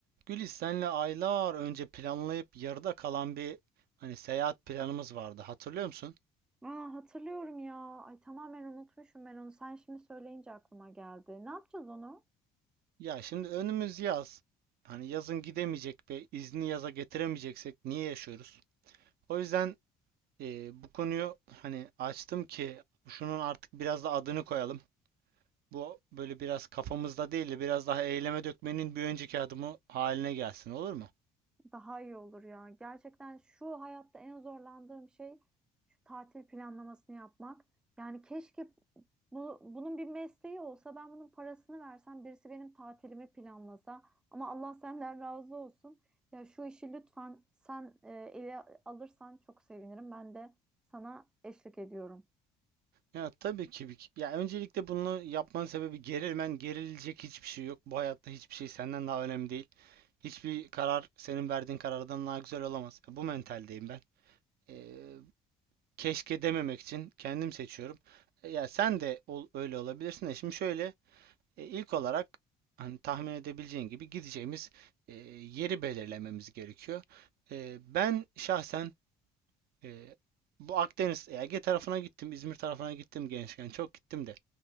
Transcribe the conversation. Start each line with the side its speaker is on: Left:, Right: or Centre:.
Right: Güliz senle aylar önce planlayıp yarıda kalan bir hani seyahat planımız vardı. Hatırlıyor musun?
Centre: Aa, hatırlıyorum ya. Ay tamamen unutmuşum ben onu. Sen şimdi söyleyince aklıma geldi. Ne yapacağız onu?
Right: Ya şimdi önümüz yaz. Hani yazın gidemeyecek ve izni yaza getiremeyeceksek niye yaşıyoruz? O yüzden e, bu konuyu hani açtım ki şunun artık biraz da adını koyalım. Bu böyle biraz kafamızda değil de biraz daha eyleme dökmenin bir önceki adımı haline gelsin olur mu?
Centre: Daha iyi olur ya. Gerçekten şu hayatta en zorlandığım şey şu tatil planlamasını yapmak. Yani keşke bu, bunun bir mesleği olsa ben bunun parasını versem birisi benim tatilimi planlasa. Ama Allah senden razı olsun. Ya şu işi lütfen sen e, ele alırsan çok sevinirim. Ben de sana eşlik ediyorum.
Right: Ya tabii ki. bir- Ya öncelikle bunu yapmanın sebebi gerilmen, gerilecek hiçbir şey yok. Bu hayatta hiçbir şey senden daha önemli değil. Hiçbir karar senin verdiğin karardan daha güzel olamaz. Bu mentaldeyim ben. Ee, keşke dememek için kendim seçiyorum. E, Ya sen de ol, öyle olabilirsin de. Şimdi şöyle e, ilk olarak hani tahmin edebileceğin gibi gideceğimiz e, yeri belirlememiz gerekiyor. E, ben şahsen e, bu Akdeniz, Ege tarafına gittim, İzmir tarafına gittim gençken çok gittim de.